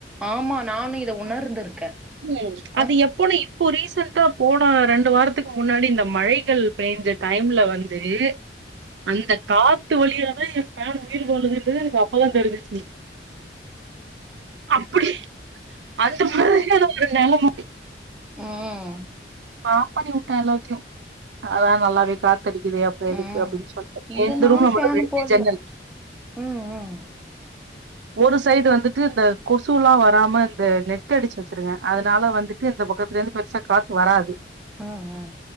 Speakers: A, in the centre; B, on the right (about 75°).
A: ஆமா நானும் இத உணர்ந்திருக்கே
B: ம்
A: அ
B: அது எப்போனு இப்போ ரீசண்டா போனா ரெண்டு வாரத்துக்கு முன்னாடி இந்த மழைகள் பெஞ்ச டைம்ல வந்து ந்து அந்த காத்து வழியா தா ஏ ஃபேன் உயிர் வாழுதுன்றது எனக்கு அப் ப தா தெரிஞ்சுச்சு அப்டி அந்த மாதிரியான ஒரு நெலம
A: ம்
B: ஆப் பண்ணி விட்டே எல்லாத்தையு அதா நல்லாவே காத்தடிக்குதே அப் ப்ப எதுக்கு
A: ம்
B: அப்டின்னு சொல்லிடு
A: இங்க
B: எங்க
A: நானு
B: ரும்ல
A: ஃபேனு
B: மட்டு ரெண்டு
A: போட்ல
B: ஜன்னல்
A: ம் ம்
B: ஒரு சைடு வந்துட்டு இந்த கொசுல்லா வராம இந்த நெட்டு் அடிச்சு வச்சிருங்கெ அதனால வந்துட்டு இந்த பக்கத்தல இருந்து பெருசா காத்து வராது
A: ம் ம்